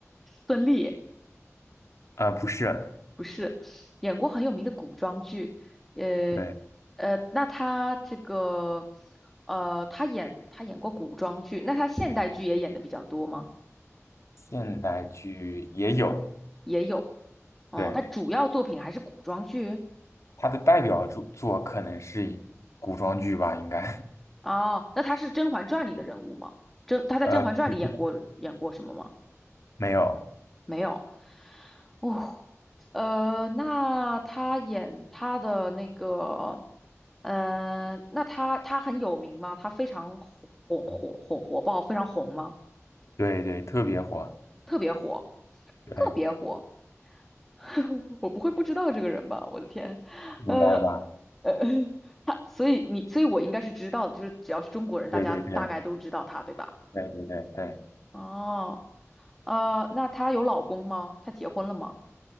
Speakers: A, in the centre; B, on the left (about 65°).
A: 孙俪
B: 啊，不是，
A: 不是，演过很有名的古装剧，呃
B: 对，
A: 呃，那他这个呃，他演他演过古装剧，那他现代剧也演的比较多吗？
B: 现代剧也有，
A: 也有，哦，
B: 对，
A: 他主要作品还是古装剧。
B: 它的代表作作可能是古装剧吧，应该，
A: 哦，那他是《甄嬛传》里的人物吗？甄，他在《甄嬛传》里演过演过什么吗？
B: <laughs> 呃，不是，没有，
A: 没有。哦，呃，那他演他的那个，呃，那他他很有名吗？他非常火火火火火爆，非常红吗？
B: 对对，特别火，
A: 特别火，
B: 对，
A: 特别火。<laughs> 我不会不知道这个人吧？我的天，
B: 应该吧，
A: 呃呃，他，所以你，所以我应该是知道的，就是只要是中国人，大家大概都知道他，
B: 对对对
A: 对吧？
B: 对对对对，
A: 哦。呃，那她有老公吗？她结婚了吗？